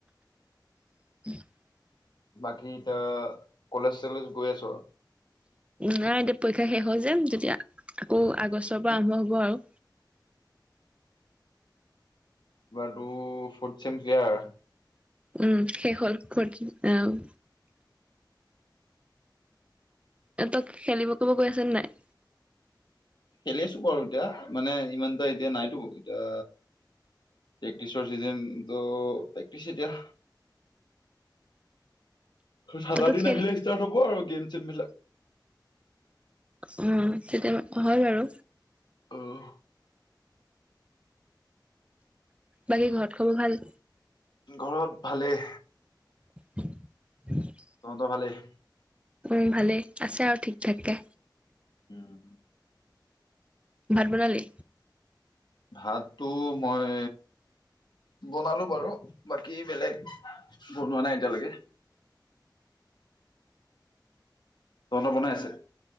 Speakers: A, on the right; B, on the left.
A: <inaudible>
B: বাকী এতিয়া কলেজ চলেজ গৈ আছ?
A: নাই এতিয়া পৰীক্ষা শেষ হ'ল যে যেতিয়া আকৌ আগষ্টৰ পৰা আৰম্ভ হ'ব আৰু।
B: আৰু ফৰ্থ ছেম ক্লিয়াৰ?
A: উম শেষ হ'ল ফৰ্থ আহ এ তই খেলিব কৰিব গৈ আছ নে নাই
B: খেলি আছোঁ বাৰু এতিয়া মানে ইমান এটা এতিয়া নাইতো। এতিয়া প্ৰেক্টিচৰ ছিজন ত' প্ৰেক্টিচে এতিয়া ঠাণ্ডা
A: তইতো
B: দিন
A: খেলি
B: আহিলে ষ্টাৰ্ট হ'ব আৰু গেম চেমবিলাক।
A: উম কেতিয়াবা হয় বাৰু
B: অহ
A: বাকী ঘৰত খবৰ ভাল?
B: ঘৰত ভালেই।
A: <inaudible>
B: তহঁতৰ ভালেই?
A: উম ভালেই। আছে আৰু ঠিক থাক কে।
B: <inaudible>
A: ভাত বনালি?
B: ভাতটো মই বনালো বাৰু বাকী বেলেগ বনোৱা নাই এতিয়ালৈকে। তহঁতৰ বনাই আছে?